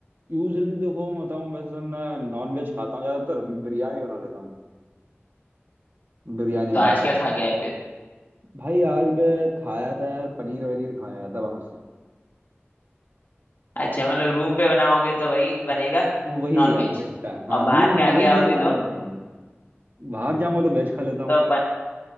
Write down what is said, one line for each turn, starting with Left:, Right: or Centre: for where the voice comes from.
Right: यूजली देखो मैं बताऊँ वैसे तो मैं नॉन वेज खाता हूँ ज्यादातर बिरयानी बना लेता हूँ बिरयानी
Left: तो आज
Right: मस्त
Left: क्या खा के आए फिर
Right: भाई आज मैं खाया था यार पनीर वनीर खाया था बाहर से
Left: अच्छा मतलब रूम पे बनाओगे तो भाई बनेगा
Right: वही
Left: नॉन
Right: यार
Left: वेज
Right: फिट हाँ
Left: और
Right: नून
Left: बाहर के आगे
Right: रूम पे
Left: आओगे
Right: तो नॉन
Left: तो
Right: वेज बनाता हूँ बाहर जाऊंगा तो वेज खा लेता हूँ
Left: तो